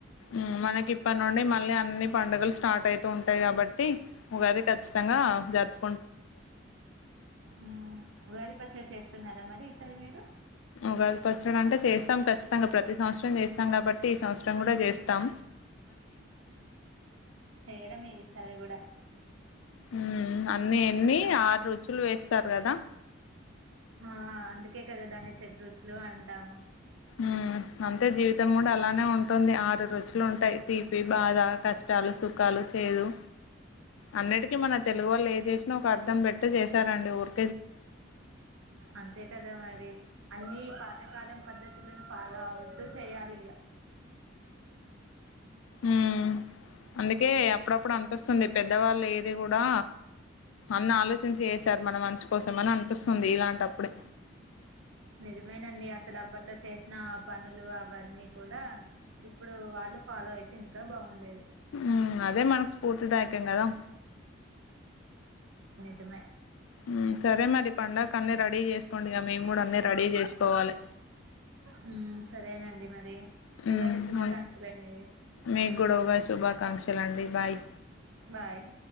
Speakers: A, on the left; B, on the right.
A: ఊమ్ మనకి ఇప్పటి నుండి మళ్ళీ అన్ని పండుగలు స్టార్ట్ అయితూ ఉంటయి గాబట్టి ఉగాది కచ్చితంగా జరుప్
B: ఊమ్ ఉగాది పచ్చడి చేస్ స్తున్నారా మరి ఈ సారి మీరు?
A: ఉగాది పచ్చడి అంటే చేస్తాం ఖచ్చితంగా ప్రతి సంవత్సరం జేస్తాం గాబట్టి, ఈ సంవత్సరం గూడా జేస్తాం.
B: చేయడమే ఈసారి గూడా.
A: ఊమ్ అన్నీ ఎన్ని ఆరు రుచులు వేస్తారు గదా.
B: ఆ అందుకే కదా దాన్ని చెడ్రుచులు అంటాము.
A: ఊమ్ అంతే జీవితం గూడా అలానే ఉంటుంది, ఆరు రుచులు ఉంటాయి. తీపి, బాధ, కష్టాలు, సుఖాలు, చేదు. అన్నిటికీ మన తెలుగు వాళ్ళు ఏ జేషినా ఒక అర్ ర్థం పెట్టి జేశారండి ఊర్.
B: అంతే కదా మరి. అన్ని పా తకాలం పద్ధతులను ఫాలో అవుతూ చెయ్యాలి ఇగ.
A: ఊమ్ అందుకే అప్పుడప్పుడు అనిపిస్తుంది, పెద్దవాళ్ళు ఏది గూడా అన్ని ఆలోచించి ఏసారు మన మంచి కోసం అని అనిపిస్తుంది, ఇలాంటప్పుడే.
B: నిజమేనండి అసలు అప్పట్లో చేసిన పనులు, అవన్నీ కూడా ఇప్పుడు వాళ్ళు ఫాలో అయితే ఇంకా బావుండేది.
A: ఊమ్ అదే మనకు స్పూర్తిదాయకం గదా.
B: మే
A: ఊమ్ సరే మరి పండగ కన్నీ రెడీ యేస్ కోండిగ మేము గూడా అన్నీ రెడీ జేస్కోవాలే,
B: హ్మ్. సరేనండి మరి.
A: మ్
B: ఉగాది శుభాకాంక్షలండి.
A: హూ మీకు గూడా ఉగాది శుభాకాంక్షలు అండి బాయ్.
B: బాయ్.